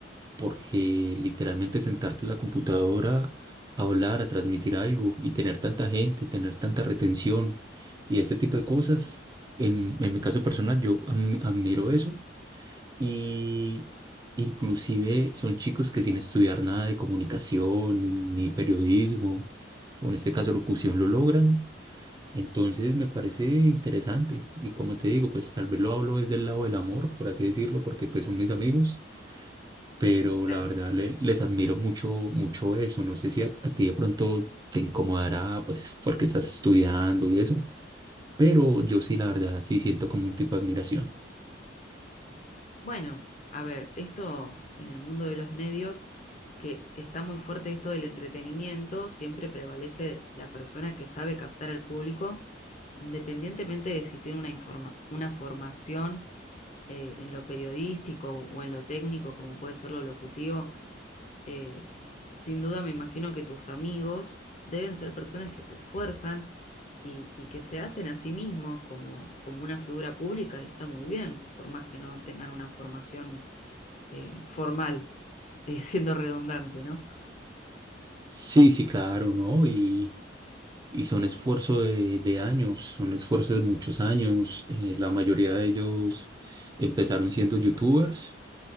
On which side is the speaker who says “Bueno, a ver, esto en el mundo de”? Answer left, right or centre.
Left